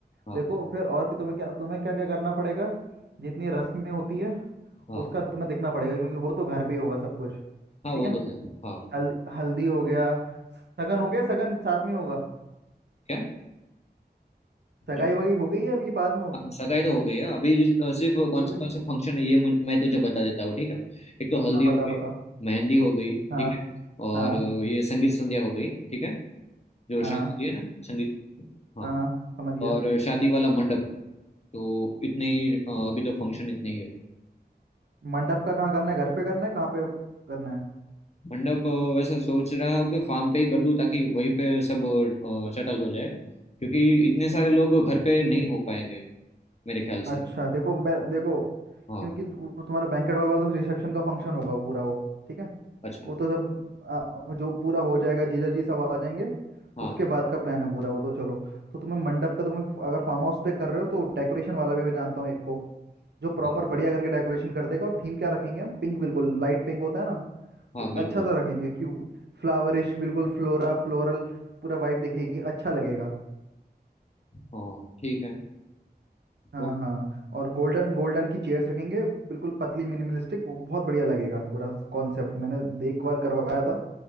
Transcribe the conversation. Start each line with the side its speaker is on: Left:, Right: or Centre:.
Left: हाँ
Right: देखो फिर और कि तुम्हें क्या तुम्हें क्या क्या करना पड़ेगा जितनी रस्में होती है
Left: हाँ
Right: उसका तुम्हें देखना पड़ेगा क्योंकि वो तो घर पे ही होगा सब कुछ
Left: हाँ
Right: ठीक
Left: वो
Right: है
Left: तो है हाँ
Right: हल्दी हल्दी हो गया सगन हो गया सगन साथ में होगा
Left: क्या
Right: सगाई
Left: जो-
Right: वगाई हो गई है ये बाद में होगी
Left: हाँ, सगाई तो हो गई है अभी जिस- अ, सिर्फ कौन
Right: हो
Left: सा
Right: गई
Left: कौन सा फंक्शन है ये मुझ, मैं तुझे बता देता हूँ ठीक है एक तो हल्दी
Right: हाँ बता
Left: हो गई
Right: बता
Left: मेहंदी हो गई ठीक
Right: हाँ
Left: है और
Right: हाँ
Left: अ, ये संगीत संध्या हो गई ठीक है जो
Right: हाँ
Left: शादी होती है ना संगीत हाँ
Right: हाँ हाँ, समझ गया
Left: और शादी वाला मंडप तो इतने ही अ, अभी तो फंक्शन इतने ही है
Right: मंडप का कहाँ करना है घर पे करना है कहाँ पे करना है
Left: मंडप अ, वैसे सोच रहा हूँ कि फार्म पे ही कर दूँ ताकि वहीं पे सब शटल हो जाए क्योंकि इतने सारे लोग घर पे नहीं हो पाएंगे मेरे ख्याल
Right: अच्छा
Left: से
Right: देखो मैं देखो
Left: हाँ
Right: क्योंकि तु- तुम्हारा बैंकेट हॉल वाला तो रिसेप्शन का फंक्शन होगा पूरा वो ठीक है
Left: अच्छा
Right: वो तो सब आ, जो पूरा हो जाएगा जीजा जी सब आ जाएंगे
Left: हाँ
Right: तो उसके बाद का प्लान है पूरा वो तो चलो तो तुम्हें मंडप का तुम्हें फ- अगर फार्म हाउस पे कर रहे हो तो डेकोरेशन वाला भी मैं जानता हूँ एक को जो प्रॉपर
Left: हाँ
Right: बढ़िया करके डेकोरेशन कर देगा और थीम क्या रखेंगे हम पिंक बिल्कुल लाइट पिंक होता है ना
Left: हाँ
Right: वो
Left: बिल्कुल
Right: अच्छा सा रखेंगे कि फ्लावरिश बिल्कुल फ्लोरा फ्लोरल पूरा वाइब दिखेगी अच्छा लगेगा
Left: हाँ ठीक है
Right: हाँ
Left: तो
Right: हाँ और गोल्डन गोल्डन की चेयर्स रखेंगे बिल्कुल पतली मिनिमलिस्टिक वो बहुत बढ़िया लगेगा पूरा कॉन्सेप्ट मैंने एक बार करवाया था